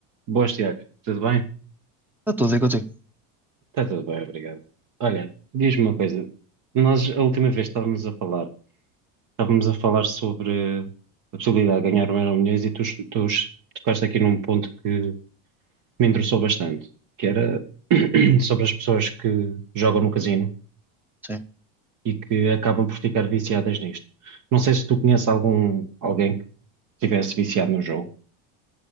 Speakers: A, on the right; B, in the centre.
A: Boas, Tiago. Tudo bem?
B: Está tudo aí contigo.
A: Está tudo bem, obrigado. Olha, diz-me uma coisa. Nós, a última vez, estávamos a falar, estávamos a falar sobre a possibilidade de ganhar um Euromilhões e tu, tu tocaste aqui num ponto que me interessou bastante, que era <clears throat> sobre as pessoas que jogam no casino
B: Sim.
A: e que acabam por ficar viciadas nisto. Não sei se tu conheces algum, alguém que estivesse viciado no jogo.